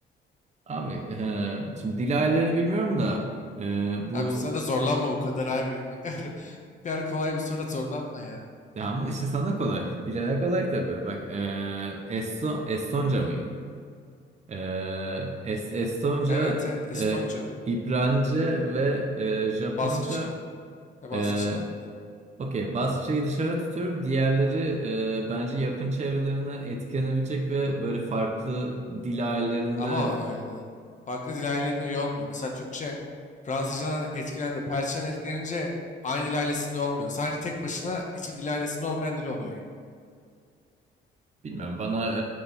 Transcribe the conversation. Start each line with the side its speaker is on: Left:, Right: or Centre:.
Right: Abi e, şimdi dil ailelerini bilmiyorum da e, bu
Left: Abi sana zorlanma bu kadar abi. Bu kadar, <laughs> bu kadar kolay bir soru zorlanma ya.
Right: ya ama işte sana kolay. Bilene kolay tabii. Bak e, Eston, Estonca mıydı? Ee, Es- Estonca,
Left: Evet evet Estonca.
Right: e, İbranice ve e, Japonca.
Left: Baskça. E Baskça
Right: E,
Left: var bir de.
Right: okey, Basça'yı dışarı tutuyorum. Diğerleri e, bence yakın çevrelerine etkilenebilecek ve böyle farklı dil ailelerinde
Left: Ama öyle. Farklı dil ailelerine üye olmuyor. Mesela Türkçe Fransızcadan etkilendi. Perçin'den etkilenince aynı dil ailesinde olmuyor. Sadece tek başına hiçbir dil ailesinde olmayan dil oluyor yine.
Right: bilmiyorum. Bana